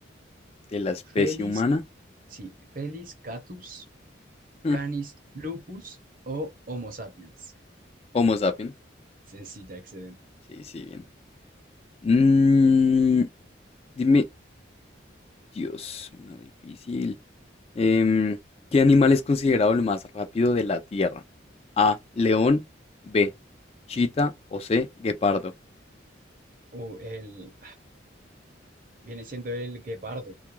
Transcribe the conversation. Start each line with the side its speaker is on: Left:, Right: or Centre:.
Left: ¿De la especie
Right: Felis,
Left: humana?
Right: sí, Felis catus,
Left: Mm,
Right: Canis lupus o Homo sapiens.
Left: Homo sapien.
Right: Sencilla, excelente.
Left: Sí, sí, bien. Mm, dime, Dios, una difícil. Em, ¿qué animal es considerado el más rápido de la Tierra? A, león, B, chita o C, guepardo.
Right: O el, viene siendo el guepardo.